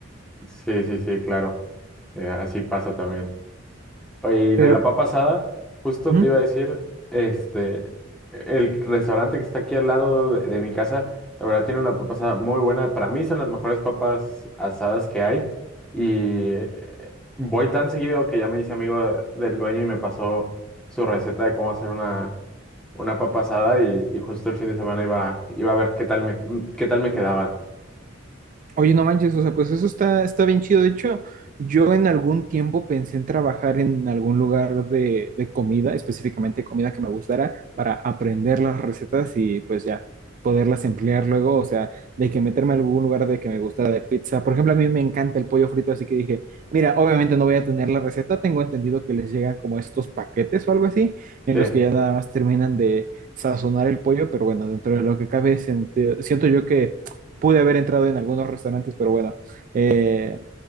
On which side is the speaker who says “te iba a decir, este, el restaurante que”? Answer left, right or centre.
Centre